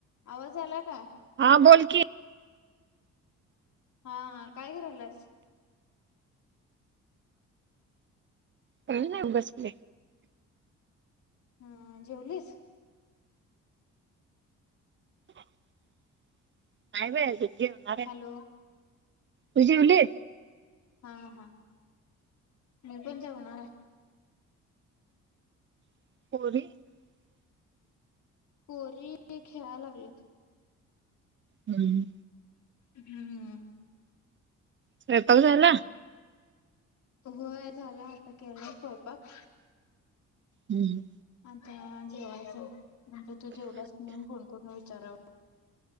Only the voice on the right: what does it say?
हा बोल की
काय नाही बसले.
नाहीय बाई जेवणार आहे
आता, तु जेवली
<unintelligible>
हम्म
स्वयपाक झाला.
हम्